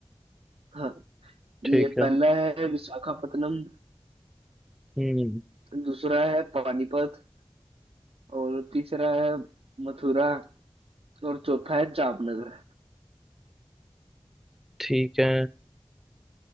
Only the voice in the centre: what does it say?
ठीक
है
हम्म
ठीक है